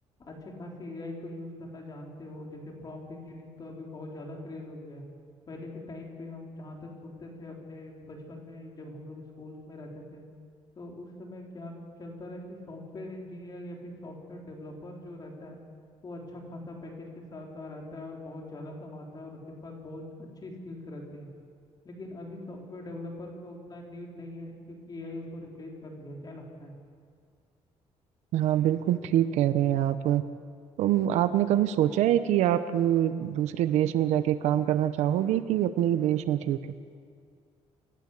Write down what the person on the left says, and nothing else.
अच्छे खासी एआई को यूज़ करना जानते हो जैसे प्रॉम्प्ट इंजीनियरिंग तो अभी बहुत ज़्यादा क्रेज हो गया है पहले के टाइम पे हम जहाँ तक सुनते थे अपने बचपन में जब हम लोग स्कूल्स में रहते थे तो उस समय क्या चलता रहा कि सॉफ्टवेयर इंजीनियर या फिर सॉफ्टवेयर डेवलपर जो रहता है वो अच्छा खासा पैकेज के साथ आ रहता है और बहुत ज़्यादा कमाता है और उसके पास बहुत अच्छी स्किल्स रहती हैं लेकिन अभी सॉफ्टवेयर डेवलपर का उतना नीड नहीं है क्योंकि एआई उसको रिप्लेस कर दिया है क्या लगता है